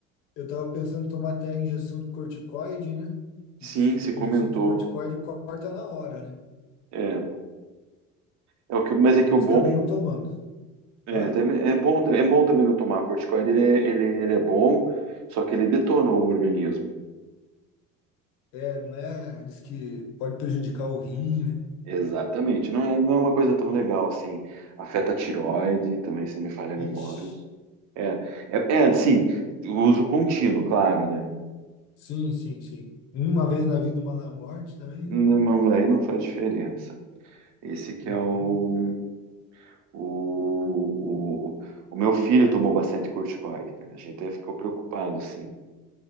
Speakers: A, on the left (about 70°); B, on the right (about 55°).
A: eu tava pensando em tomar até injeção de corticoide, né?
B: Sim,
A: E diz que
B: se
A: a
B: comentou.
A: injeção de corticoide corta na hora, né?
B: É, é o que, mas é que
A: Mas
B: o bom
A: acabei não tomando.
B: é,
A: Hã?
B: também- é bom, é bom também não tomar corticoide, ele é, ele, ele é bom, só que ele detona o organismo.
A: É, não é? Diz que pode prejudicar o rim, né?
B: Exatamente. Não é, não é uma coisa tão legal assim. Afeta a tireoide, também se não me falha a
A: Ixi.
B: memória. É, é, é assim, uso contínuo, claro, né?
A: Sim, sim, sim. Uma vez na vida, uma na morte também,
B: Não,
A: né?
B: não- aí não faz diferença. Esse que
A: Uhum.
B: é o, o, o, o o meu filho tomou bastante corticoide, cara. A gente até ficou preocupado, sim,